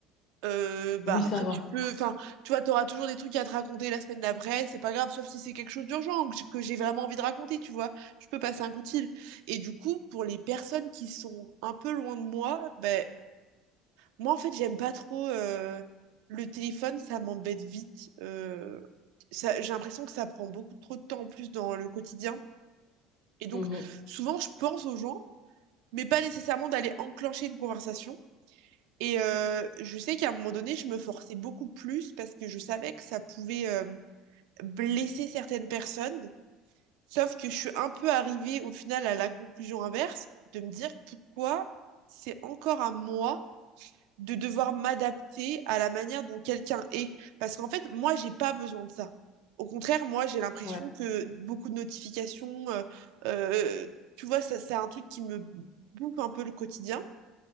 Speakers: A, on the right; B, on the left.
A: Euh, bah
B: Oui, ça
A: après
B: va.
A: tu peux, enfin tu vois, t'auras toujours des trucs à te raconter la semaine d'après, c'est pas grave, sauf si c'est quelque chose d'urgent ou que j- que j'ai vraiment envie de raconter, tu vois, je peux passer un coup de fil. Et du coup, pour les personnes qui sont un peu loin de moi, ben moi en fait j'aime pas trop euh, le téléphone, ça m'embête vite. Euh, ça, j'ai l'impression que ça prend beaucoup trop de temps en plus dans le quotidien. Et donc
B: Mhm.
A: souvent je pense aux gens, mais pas nécessairement d'aller enclencher une conversation. Et euh, je sais qu'à un moment donné, je me forçais beaucoup plus parce que je savais que ça pouvait euh, blesser certaines personnes. Sauf que je suis un peu arrivée au final à la conclusion inverse de me dire pourquoi c'est encore à moi de devoir m'adapter à la manière dont quelqu'un est. Parce qu'en fait, moi, j'ai pas besoin de ça. Au contraire, moi, j'ai l'impression
B: Ouais.
A: que beaucoup de notifications, euh, euh, tu vois, ça, c'est un truc qui me bouffe un peu le quotidien.